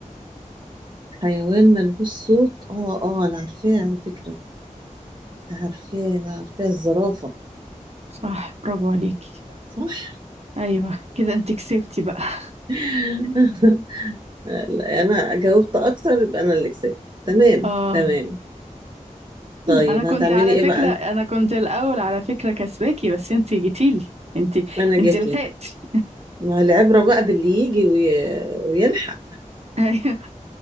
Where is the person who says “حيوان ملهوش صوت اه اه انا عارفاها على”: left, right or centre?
Right